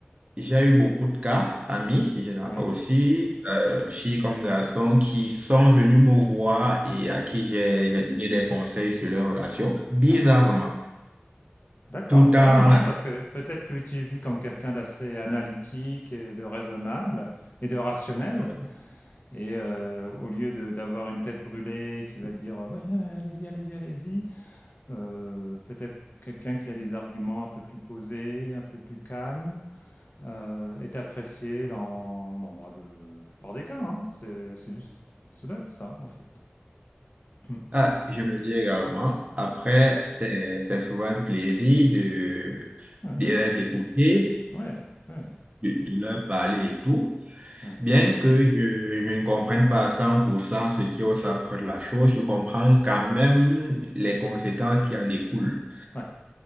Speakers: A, on the right (about 35°); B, on the left (about 45°).
A: j'ai eu beaucoup de cas, amis, général-
B: ouais,
A: aussi, euh, filles comme garçons, qui sont venus me voir et à qui j'ai j'ai donné des conseils sur leurs relations, bizarrement.
B: ouais. D'accord,
A: Pourtant,
B: ouais, non, parce que peut-être que tu es vu comme quelqu'un d'assez analytique, et de raisonnable et de rationnel,
A: <laughs>
B: et euh, au lieu de- d'avoir une tête brûlée qui va dire euh, ouais, allez-y, allez-y, allez-y, euh, peut-être quelqu'un qui a des arguments un peu plus posés, un peu plus calmes, euh, est apprécié dans, dans bah, de, la plupart des cas. hein. C'est c'est juste, ça doit être ça en fait. Hmm.
A: ah, je me dis également, après,
B: Ouais,
A: c'est c'est souvent un plaisir de,
B: ouais,
A: de les écouter,
B: ouais, ouais,
A: de, de leur parler et tout.
B: ouais,
A: Bien que je, je ne comprenne pas à 100% ce qui est au centre de la chose, je comprends quand même les conséquences qui en découlent.
B: ouais,